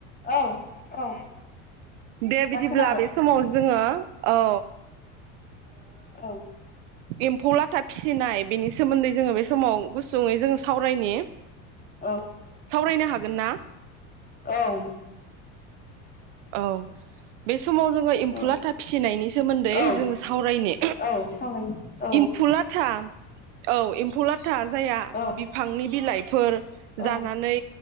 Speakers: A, on the left; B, on the right.
A: औ औ
B: दे
A: दा
B: बिदिब्ला
A: खोनाबाय
B: बे समाव जोङो औ
A: औ
B: एम्फौ लाथा फिसिनाय बेनि सोमोन्दै जोङो बे समाव गुसुङै जोङो सावरायनि
A: औ
B: सावरायनो हागोन ना
A: औ
B: औ बे समाव जोङो एमफु
A: औ
B: लाथा फिसिनायनि सोमोन्दै
A: औ
B: जोङो सावरायनो
A: औ सावराय औ
B: एमफु लाथा औ एमफौ लाथ था जाया
A: औ
B: बिफांनि बिलाइ फोर
A: औ
B: जानानै